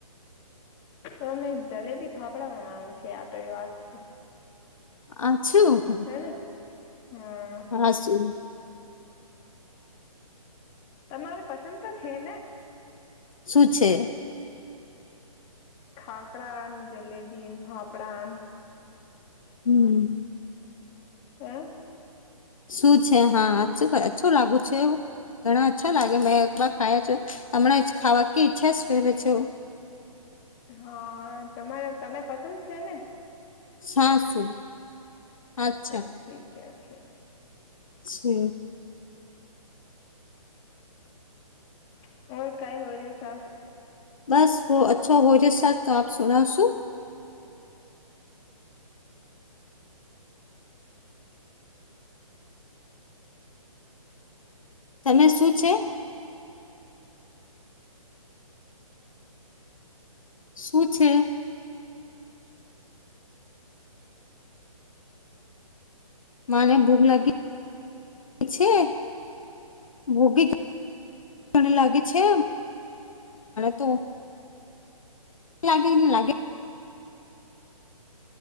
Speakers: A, on the left; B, on the left.
A: પણ મે જલેબી ફાફડા બનાવું છે આપણે વાત છે.
B: અછું.
A: હમમમ
B: આસું.
A: તમારે પસંદ તો છે ને?
B: શું છે!
A: ઠાકરા, જલેબી, ફાફડા
B: હમમમ
A: હૈ!
B: શું છે હા અછું લાગુ છે એવ. ઘણા અચ્છા લાગે મેં એકવાર ખાયા છે. અમણાં જ ખાવાની ઈચ્છા કરે છે.
A: હા તમારા તને પસંદ છે ને?
B: સાસો અચ્છા, આછા,
A: ઠીક હે છે
B: છે
A: <unintelligible>
B: બસ અચ્છો તો આપ સુનાશું. તમે શું છે? શું છે? માને ભૂખ લાગી છે. ભોગી મને લાગે છે તો લાગે, લાગે